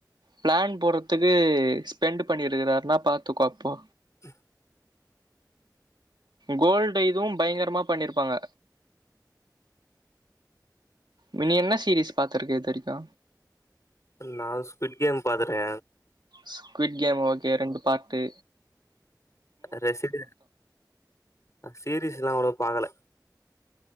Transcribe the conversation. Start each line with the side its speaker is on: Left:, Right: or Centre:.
Right: ப்ளன் போடுற்துக்கு ஸ்பெண்ட்டு பண்ணியிருக்கறாருன்னா பாத்துக்கோ அப்போ
Left: ம்
Right: கோல்டு இதுவு பயங்கரமாக பண்ணிருப்பாங்க மினி என்ன சீரீஸ் பாத்திருக்க இது வரைக்கு
Left: நா அது ஸ்பீட் கேம் பாத்துடோ
Right: ஸ்குவிட் கேம் ஓகே ரெண்டு பாட்டு
Left: ரசிதா சீரீஸ்லா அவ்ளோ பாக்கல